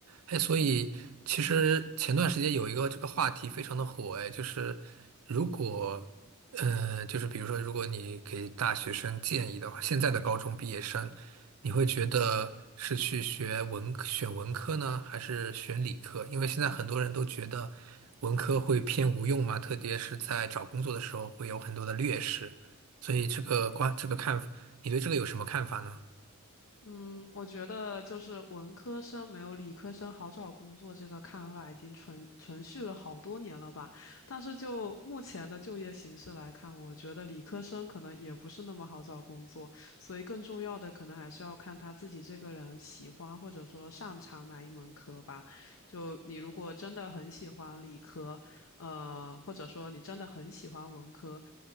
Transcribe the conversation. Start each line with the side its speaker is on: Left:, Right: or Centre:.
Right: 哎，所以其实前段时间有一个这个话题非常的火，
Left: 嗯
Right: 哎，就是如果呃，就是比如说，如果你给大学生建议的话，现在的高中毕业生，你会觉得是去学文科选文科呢，还是选理科？因为现在很多人都觉得文科会偏无用嘛，特别是在找工作的时候会有很多的劣势，所以这个观，这个看，你对这个有什么看法呢？
Left: 嗯，我觉得就是文科生没有理科生好找工作这个看法已经存存续了好多年了吧。但是就目前的就业形势来看，我觉得理科生可能也不是那么好找工作，所以更重要的可能还是要看他自己这个人喜欢或者说擅长哪一门科吧。就你如果真的很喜欢理科，呃，或者说你真的很喜欢文科。